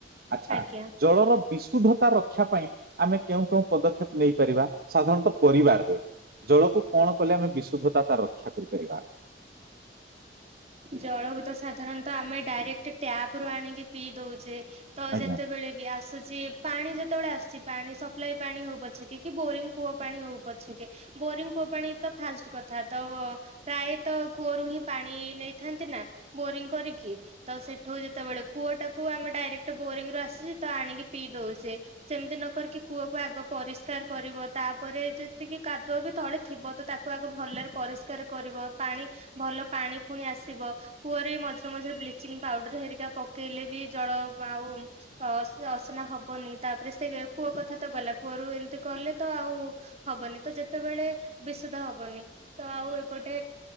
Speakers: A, on the right (about 55°); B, on the right (about 35°).
A: ଆଚ୍ଛା।
B: ଆଜ୍ଞା
A: ଜଳର ବିଶୁଦ୍ଧତା ରକ୍ଷା ପାଇଁ ଆମେ କେଉଁ କେଉଁ ପଦକ୍ଷେପ ନେଇପାରିବା ସାଧାରଣତଃ ପରିବାରରେ? ଜଳକୁ କଣ କଲେ ଆମେ ବିଶୁଦ୍ଧତା ତ ରକ୍ଷା କରିପାରିବା।
B: ଜଳକୁ ତ ସାଧାରଣତଃ ଆମେ ଡାଇରେକ୍ଟ ଟ୍ୟାପ ରୁ ଆଣିକି ପିଇ ଦଉଛେ। ତ
A: ଆଜ୍ଞା।
B: ଯେତେବେଳେ ବି ଆସୁଛି ପାଣି ଯେତେବେଳେ ଆସିୁଛି। ପାଣି ସପ୍ଲାଇ ପାଣି ହଉ ପଛେକେ କି ବୋରିଙ୍ଗ କୂଅ ପାଣି ହଉ ପଛେକେ ବୋରିଂ କୂଅ ପାାଣି ତ ଫାଷ୍ଟ କଥା ତ ପ୍ରାୟତଃ କୂଅରୁ ହିଁ ପାଣି ନେଇଥାନ୍ତି ନା ବୋରିଂ କରିକି। ତ ସେଠୁ ଯେତେବେଳେ କୂଅଟାକୁ ଆମେ ଡାଇରେକ୍ଟ ବୋରିଂ ରୁ ଆସୁଛି ତ ଆଣିକି ପିଇ ଦଉ ଛେ ସେମିତି ନ କରିକି କୂଅକୁ ଆଗ ପରିଷ୍କାର କରିବ ତାପରେ ଯେତିକି କାଦୁଅ ବି ତଳେ ଥିବ ତ ତାକୁ ଆଗ ଭଲରେ ପରିଷ୍କାର କରିବ। ପାଣି ଭଲ ପାଣି ଫୁଣି ଆସି ଥିବ କୂଅରେ ମଝିରେ ମଝିରେ ବ୍ଲିଚିଂ ପାଉଡର ହେରିକା ପକେଇଲେ ବି ଜଳ ଆଉ ଅ ସେ ଅସନା ହବନି ତାପରେ ସେ କୂଅ କଥା ତ ଗଲା କୂଅରୁ ଏମିତି କଲେ ତ ଆଉ ହବନି ତ ଯେତେବେଳେ ବିଶୁଧ ହବନି। ତ ଆଉ ଏପଟେ